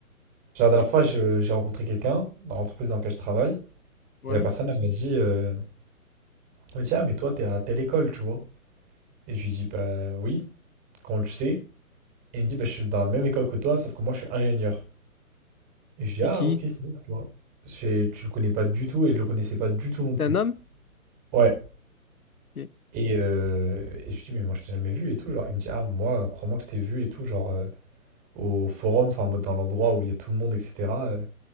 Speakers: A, on the right; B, on the left.
A: Genre, La dernière
B: Et-
A: fois, je- j'ai rencontré quelqu'un dans l'entreprise dans laquelle je travaille.
B: Ouais.
A: Et la personne, elle m'a dit, euh, elle m'a dit, ah, mais toi, t'es à telle école, tu vois. Et je lui dis, bah oui. Quand on le sait, Et il me dit, bah, je suis dans la même école que toi, sauf que moi, je suis ingénieur. Et je dis,
B: C'est
A: ah,
B: qui?
A: ok, c'est bon, tu vois. C'est- Tu le connais pas du tout et je le connaissais pas du tout non plus.
B: C'est un homme?
A: Ouais.
B: Ok.
A: Et, euh, et je lui dis, mais moi, je t'ai jamais vu et tout. Genre, il me dit, ah, moi, crois-moi que je t'ai vu et tout, genre, euh, au forum, enfin, en mode dans l'endroit où il y a tout le monde, etc. euh,